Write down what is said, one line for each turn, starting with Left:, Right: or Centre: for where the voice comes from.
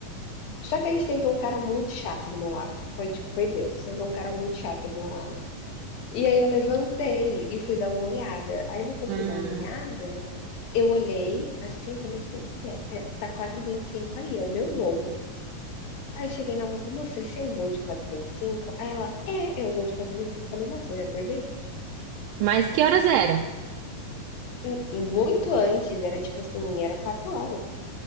Left: Só que aí sentou um cara muito chato do meu lado, foi tipo foi Deus, sentou um cara muito chato do meu lado. E aí eu levantei e fui dar uma olhada. Aí no que eu
Right: Hum,
Left: fui dar uma olhada, eu olhei assim e falei assim: "Ué, tá tá 4h25 ali, é o meu voo". Aí eu cheguei na moça: "Moça, esse é o voo de 4h25?" Aí ela: "É, é o voo de 4h25". Falei: "Moça, eu ia perder?"
Right: mas que horas eram?
Left: Hum, muito antes, era tipo assim, era 4 horas.